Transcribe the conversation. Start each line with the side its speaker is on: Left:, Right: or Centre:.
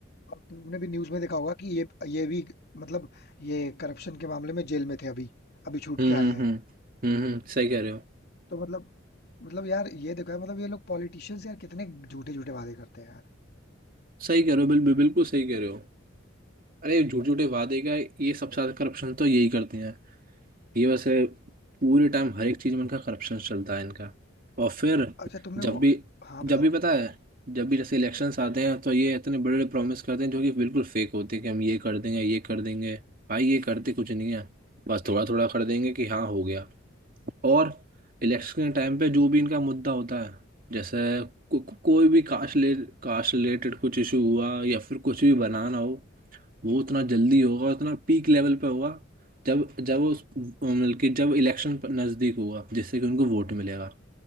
Left: और तुमने भी न्यूज में देखा होगा कि ये ये भी मतलब ये करप्शन के मामले में जेल में थे अभी अभी छूट
Right: हम्म
Left: के
Right: हम्म
Left: आए हैं
Right: हम्म हम्म हम्म, सही कह रहे हो
Left: तो मतलब मतलब यार ये देखा है मतलब ये लोग पॉलिटिशियंस यार कितने झूठे झूठे वादे करते हैं यार
Right: सही कह रहे हो बिल्कुल बिल्कुल सही कह रहे हो अरे झूठ झूठे वादे का ये सबसे ज्यादा करप्शन तो यही करते हैं ये वैसे पूरे टाइम हर एक चीज में इनका करप्शन चलता है इनका और फिर
Left: अच्छा तुमने
Right: जब
Left: वो
Right: भी
Left: हाँ
Right: जब
Left: बताओ
Right: भी पता है जब भी जैसे इलेक्शंस आते हैं तो ये इतने बड़े बड़े प्रॉमिस करते हैं जो कि बिल्कुल फेक होते हैं कि हम ये कर देंगे ये कर देंगे भाई ये करते कुछ नहीं है बस थोड़ा थोड़ा कर देंगे कि हाँ हो गया और इलेक्शन के टाइम पे जो भी इनका मुद्दा होता है जैसे को, को, कोई भी कास्ट ले कास्ट रिलेटेड कुछ इशू हुआ या फिर कुछ भी बनाना हो वो उतना जल्दी होगा उतना पीक लेवल पे होगा जब जब वो मतलब कि जब इलेक्शन नज़दीक होगा जिससे कि उनको वोट मिलेगा